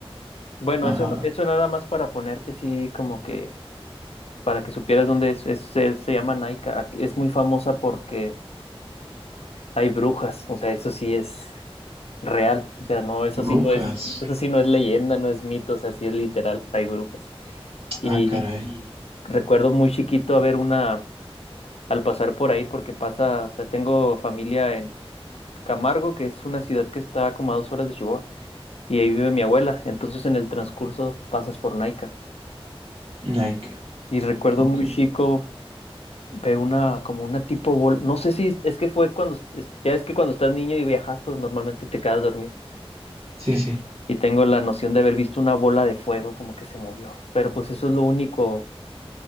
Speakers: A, on the left; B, on the right.
A: Bueno,
B: Ajá.
A: eso, no- eso nada más para ponerte así como que, para que supieras dónde es, es- se, se llama Nike, es muy famosa porque hay brujas, o sea, eso sí es... real. O sea, no, eso
B: Brujas.
A: sí no es, eso sí no es leyenda, no es mito, o sea, sí es literal, hay brujas. Y
B: Ah, caray.
A: recuerdo muy chiquito haber una, al pasar por ahí, porque pasa, o sea, tengo familia en Camargo, que es una ciudad que está como a dos horas de Chihuahua, y ahí vive mi abuela. Entonces en el transcurso pasas por Naica.
B: Naika.
A: Y recuerdo
B: Ok.
A: muy chico ver una, como una tipo bol, no sé si es que fue cuando, es- ya es que cuando estás niño y viajas, pues normalmente te quedas dormido.
B: Sí, sí.
A: Y tengo la noción de haber visto una bola de fuego como que se movió. Pero pues eso es lo único